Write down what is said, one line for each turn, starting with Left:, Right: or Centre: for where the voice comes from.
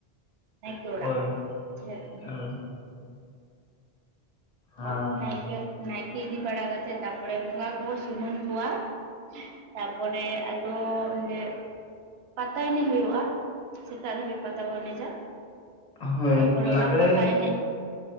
Right: ᱱᱟᱭᱠᱮ ᱚᱲᱟᱜ
Left: ᱦᱳᱭ
Right: <unintelligible>
Left: ᱦᱳᱭ ᱟᱨ
Right: <unintelligible> ᱱᱟᱭᱠᱮ ᱱᱟᱭᱠᱮ ᱤᱫᱤ ᱵᱟᱲᱟ ᱠᱟᱛᱮᱜ ᱛᱟᱯᱚᱨᱮ ᱵᱚᱸᱜᱟ ᱠᱚ ᱥᱩᱢᱟᱹᱱ ᱠᱚᱣᱭᱟ᱾ ᱛᱟᱯᱚᱨᱮ ᱟᱫᱚ ᱚᱸᱰᱮ ᱯᱟᱛᱟ ᱮᱱᱮᱡ ᱦᱩᱭᱩᱜᱼᱟ ᱥᱮᱛᱟᱜ ᱫᱷᱟᱹᱵᱤᱡ ᱯᱟᱛᱟ ᱠᱚ ᱮᱱᱮᱡᱟ᱾
Left: ᱦᱳᱭ
Right: ᱛᱟᱯᱚᱨᱮ
Left: ᱞᱟᱜᱽᱲᱮ
Right: ᱚᱱᱟ ᱯᱟᱛᱟ ᱮᱱᱮᱡ